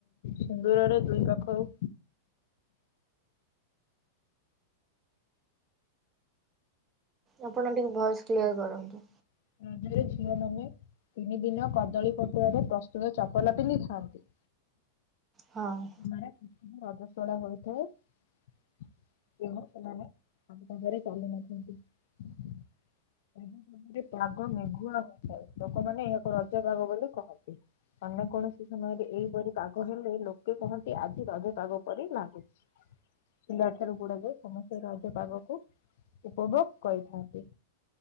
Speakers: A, on the left; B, on the right.
A: ସିନ୍ଦୁରରେ ଦୁଇ ପାଖରୁ
B: ଆପଣ ଟିକେ ଭଏସ କ୍ଲିୟର କରନ୍ତୁ
A: <unintelligible> ରଜରେ ଝିଅ ମାନେ ତିନି ଦିନ କଦଳୀ ପଟୁଆରେ ପ୍ରସ୍ତୁତ ଚପଲ ପିନ୍ଧିଥାନ୍ତି।
B: ହଁ।
A: ଆ <unintelligible> ରଜସ୍ୱୋଲା ହୋଇଥାଏ। ତେଣୁ ସେମାନେ ଖାଲି ପାଦରେ ଚାଲି ନଥାନ୍ତି। ରଜ ପର୍ବ ରେ ପାଗ ମେଘୁଆ ହୋଇଥାଏ ଲୋକମାନେ ଏହାକୁ ରଜ ପାଗ ବୋଲି କହନ୍ତି। ଅନ୍ୟ କୌଣସି ସମୟରେ ଏଇପରି ପାଗ ହେଲେ ଲୋ କେ କହନ୍ତି ଆଜି ରଜ ପାଗ ପରି ଲାଗୁଚି। ପିଲା ଠାରୁ ବୁଢ଼ା ଯାଏ ସମସ୍ତେ ରଜ ପାଗକୁ ଉପଭୋଗ କରିଥାନ୍ତି।